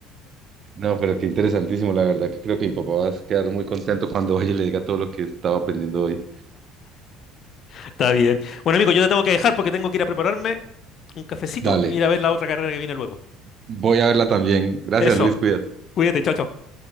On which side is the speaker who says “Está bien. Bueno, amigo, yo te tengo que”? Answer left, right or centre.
Left